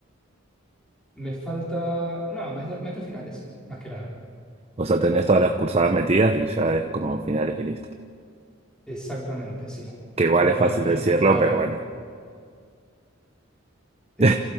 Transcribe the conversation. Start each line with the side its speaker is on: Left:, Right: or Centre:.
Centre: me falta, no, meter, meter finales, más que nada.
Right: O sea, tenés todas las cursadas metidas y ya es como finales y listo.
Centre: Exactamente, sí.
Right: Que igual
Centre: Pero
Right: es
Centre: bueno,
Right: fácil
Centre: me
Right: decirlo,
Centre: dejé estar,
Right: pero
Centre: eh,
Right: bueno. <laughs>
Centre: sí.